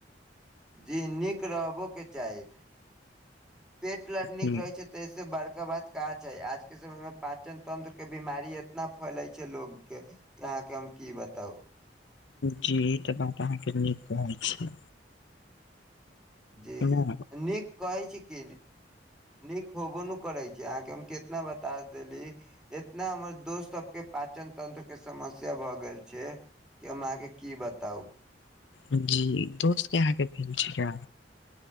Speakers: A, in the centre; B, on the left.
A: जी नीक रहबो के चाही पेट ला नीक
B: हूँ
A: रहै छै तऽ से बड़का बात का छै आज के समय मे पाचन तंत्र के बीमारी एतना फैले छै लोग के जे अहाँके हम की बताउ
B: जी ई तऽ बात अहाँके नीक कहै छी
A: जी
B: ना।
A: नीक कहै छी की नीक होबो नु करै छै अहाँके हम कितना बता देली एतना हमर दोस्त सब के पाचन तंत्र के समस्या भए गेल छै की हम अहाँके की बताउ
B: जी दोस्तके अहाँके भेल छैक